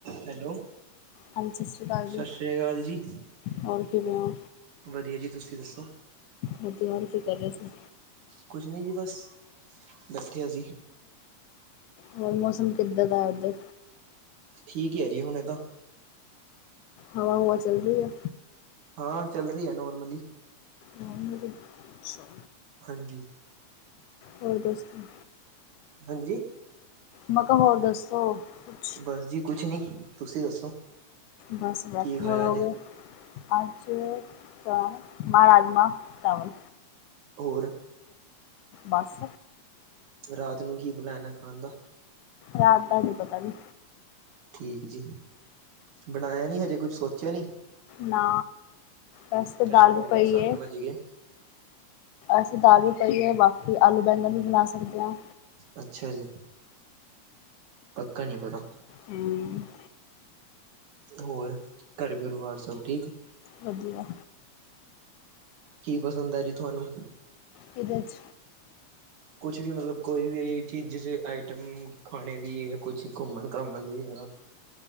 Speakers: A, on the right; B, on the left.
A: ਹੈਲੋ।
B: ਹਾਂਜੀ ਸਤਿ ਸ਼੍ਰੀ ਅਕਾਲ ਜੀ
A: ਸ਼ਸ਼ਿਰੀ ਕਾਲ ਜੀ।
B: ਹੋਰ ਕਿਵੇਂ ਹੋ
A: ਵਧੀਆ ਜੀ ਤੁਸੀਂ ਦੱਸੋ?
B: ਵਧੀਆ ਹੋਰ ਕੀ ਕਰ ਰਹੇ ਸੀ।
A: ਕੁਛ ਨੀ ਜੀ ਬਸ ਬੈਠੇ ਅਸੀਂ।
B: ਹੋਰ ਮੌਸਮ ਕਿੱਦਾਂ ਦਾ ਐ ਉੱਧਰ?
A: ਠੀਕ ਆ ਜੀ ਹੁਣ ਤਾ
B: ਹਵਾ- ਹੁਵਾ ਚੱਲ ਰਹੀ ਐ।
A: ਹਾਂ ਚੱਲ ਰਹੀ ਐ ਨੋਰਮਲੀ।
B: ਨੋਰਮਲ ਈ ਅੱਛਾ।
A: ਹਾਂਜੀ।
B: ਹੋਰ ਦੋਸਤਾਂ
A: ਹਾਂਜੀ।
B: ਮ ਕਾ ਹੋਰ ਦੱਸੋ। ਕੁਛ
A: ਬਸ ਜੀ ਕੁਛ ਨੀ ਤੁਸੀਂ ਦੱਸੋ।
B: ਬਸ ਬੈਠੇ
A: ਕੀ ਖਾਇਆ
B: ਹੋਏ
A: ਅੱਜ
B: ਆਂ। ਅਜ, ਤਾਂ ਮਾਂ ਰਾਜਮਾ ਚਾਵਲ।
A: ਹੋਰ।
B: ਬਸ।
A: ਰਾਤ ਨੂੰ ਕੀ ਬਣਾਣਾ ਖਾਣ ਦਾ।
B: ਰਾਤ ਦਾ ਅਜੇ ਪਤਾ ਨੀ।
A: ਠੀਕ ਜੀ, ਬਣਾਆ ਨੀ ਹਜੇ ਕੁੱਝ ਸੋਚੇਆ ਨੀ।
B: ਨਾ ਬਸ ਤ
A: ਟਾਈਮ
B: ਦਾਲ
A: ਹੋ ਗਿਆ
B: ਪਈ
A: ਸੱਤ
B: ਏ।
A: ਵੱਜ ਗਏ
B: ਅਸੀਂ ਦਾਲ ਵੀ ਪਈ ਏ, ਬਾਕੀ ਆਲੂ-ਬੈਂਗਣ ਵੀ ਬਣਾ ਸਕਦੇ ਆਂ।
A: ਅੱਛਾ ਜੀ, ਪੱਕਾ ਨੀ ਪਤਾ।
B: ਹੂੰ।
A: ਹੋਰ, ਘਰ ਪਰਿਵਾਰ ਸਬ ਠੀਕ।
B: ਵਧੀਆ।
A: ਕੀ ਪਸੰਦ ਐ ਜੀ ਤੁਆਨੂੰ।
B: ਕਿਦੇ ਚ।
A: ਕੁਛ ਵੀ ਮਤਲਬ ਕੋਈ ਵੀ ਚੀਜ਼ ਜਿਸ ਆਈਟਮ ਖਾਣੇ ਦੀ, ਕੁਛ ਘੁੰਮਣ-ਘਾਮਣ ਦੀ।